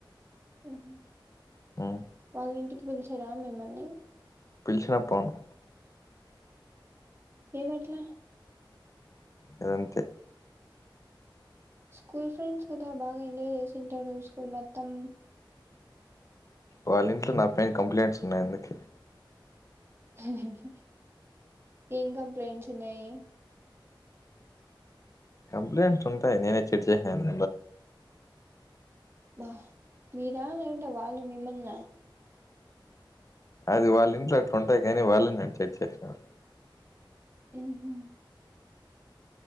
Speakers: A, on the right; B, on the left.
A: ఉహూ
B: ఉమ్
A: వాళ్ళ ఇంటికి పిలిచరా మిమ్మల్ని
B: పిలిచినా పోను
A: ఏమట్లా
B: అదంతే
A: స్కూల్ ఫ్రెండ్స్ కదా బాగా ఎంజాయ్ చేసింటారు స్కూల్ మొత్తం
B: వాళ్ళ ఇంట్లో నా పైన కంప్లైంట్స్ ఉన్నాయి అందుక
A: ఉహూహూ ఏం కంప్లైంట్స్ ఉన్నాయి
B: కంప్లైంట్స్ ఉంటాయి నేనే చెడ్ చేసాఅని
A: వాహ్ మీరా లేదంటే వాళ్ళు మిమ్మల్న
B: అది వాళ్ళ ఇంట్లో అట్లు ఉంటాయి కానీ వాళ్ళే నన్ని చెడు చేశారు
A: ఉహూ